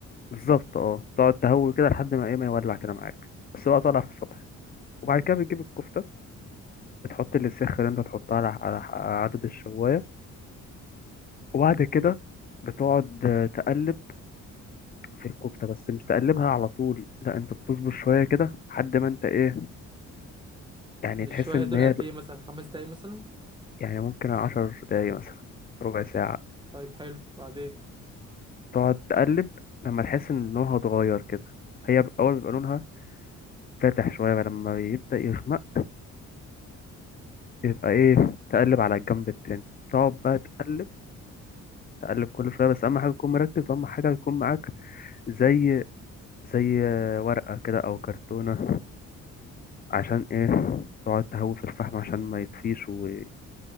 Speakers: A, on the left (about 30°); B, on the right (about 15°).
A: بالظبط اه تقعد تهوي كده لحد ما ايه ما يولع كده معاك بس بقى تولع في السطح وبعد
B: ماشي
A: كده بتجيب الكفته بتحط السخة اللي انت تحطها على على على عدد الشوايه وبعد كده بتقعد آه، تقلب في الكفتة بس مش تقلبها على طول لا انت بتصبر شوية كده لحد ما انت ايه يعني
B: يعني الشوايه
A: تحس ان
B: دول
A: هي
B: قد ايه مثلا خمس دقايق مثلا
A: يعني ممكن عشر دقايق مثلا ربع ساعة
B: طيب حلو بعدين
A: تقعد تقلب لما تحس ان لونها اتغير كده هي ب- اول بيبقى لونها فاتح شوية بقى لما يبدأ يغمق يبقى ايه تقلب على الجنب التاني تقعد بقى تقلب تقلب كل شوية بس أهم حاجة تكون مركز أهم حاجة يكون معاك زي زي ورقة كده أو كرتونة عشان ايه تقعد تهوي في الفحم عشان ما يطفيش و...